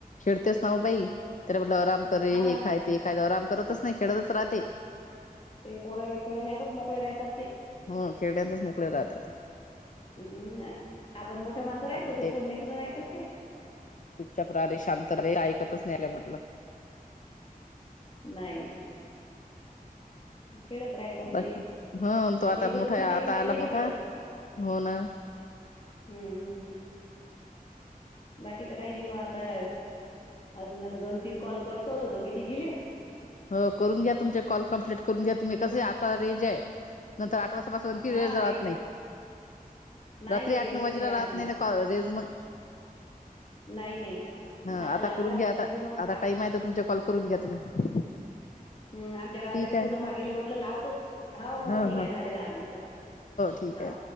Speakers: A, on the left; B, on the left.
A: <unintelligible> नाव बाई
B: हम्म.
A: त्याला म्हटलं आराम कर
B: हाव ना
A: हे खाय ते कायदा आराम करतच नाय खेळतच राहते
B: ते पोरायले खेळण्यातच मोकळे राहतात ते
A: हो खेळण्यातच मोकळे राहतात
B: म आपण मोठ्या माणसा राय
A: आपण
B: तो जो पले राहतात काय
A: शपच्या प्रहे शांत रे ऐकतच न्यायला म्हटलं
B: नाय खेळत राहता
A: बाकी
B: ते
A: ह तो आता
B: त्याचं
A: मोठा
B: दुखणं दले
A: आता
B: माहितीही
A: आला
B: नाही
A: मोठा
B: पडत
A: हो ना
B: हम्म हम् बाकी तर काही नाही वा आताच अजून आता दोन तीन कॉल करतो दोघी तिघी ले
A: हो करून घ्या तुमचे कॉल कम्प्लीट करून घ्या तुम्ही कसं आता रेंजय नंतर आठ वाजपासून आणखी
B: हा
A: वेळ जात
B: रेंज
A: नाही
B: नाही
A: रात्री
B: रेंजच
A: आठ नऊ वाजेला राहत
B: मग.
A: नाही ना कॉल रेज मग
B: नाही नाही.
A: हा आता
B: लागला
A: करून घ्या
B: मी
A: आता
B: त्या पूनम
A: आता
B: आ
A: टाइमय तर तुमचा कॉल करून घ्या तुम्ही
B: हम् त्या गावातल्या
A: ठीक
B: त्या
A: आहे
B: पुनम पुन्हा मागेले म्हटलं लावतो हौ हो
A: हा
B: ठीक
A: हा
B: आहे झाले दहा मिनटं
A: ठीक
B: हो
A: आहे.